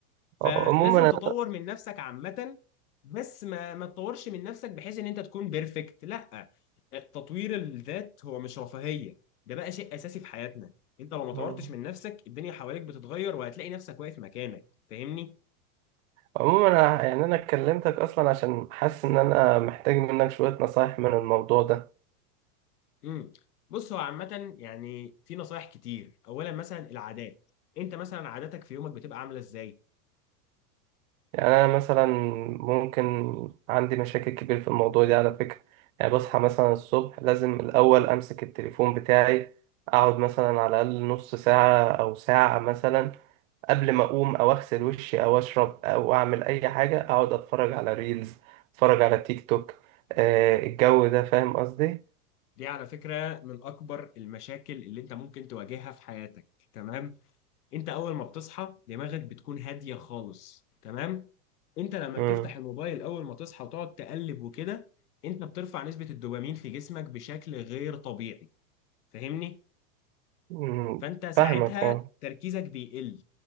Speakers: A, on the left; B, on the right.
A: فلازم
B: عموما
A: تطور من نفسك عامة بس ما ما تطورش من نفسك بحيث ان انت تكون بيرفكت لا تطوير الذات هو مش رفاهية ده بقى شيء اساسي في حياتنا انت لو ما طورتش
B: أنا-
A: من نفسك الدنيا حواليك بتتغير وهتلاقي نفسك واقف مكانك فاهمني
B: عموما أنا يعني أنا كلمتك أصلا عشان حاسس إن أنا محتاج منك شوية نصايح من الموضوع ده
A: امم بص هو عامة يعني في نصايح كتير اولا مثلا العادات انت مثلا عاداتك في يومك بتبقى عاملة ازاي
B: يعني أنا مثلا ممكن عندي مشاكل كبير في الموضوع ده على فكرة يعني بصحى مثلا الصبح لازم الأول أمسك التليفون بتاعي أقعد مثلا على الأقل نص ساعة أو ساعة مثلا قبل ما أقوم أو أغسل وشي أو أشرب أو أعمل أي حاجة أقعد أتفرج على ريلز أتفرج على تيك توك آه، الجو ده فاهم قصدي؟
A: دي على فكرة من اكبر المشاكل اللي انت ممكن تواجهها في حياتك تمام انت اول ما بتصحى دماغك بتكون هاديه خالص تمام انت لما
B: مم.
A: بتفتح الموبايل اول ما تصحى وتقعد تقلب وكده انت بترفع نسبه الدوبامين في جسمك بشكل غير طبيعي فاهمني
B: مم.
A: فانت ساعتها
B: فاهمك اه
A: تركيزك بيقل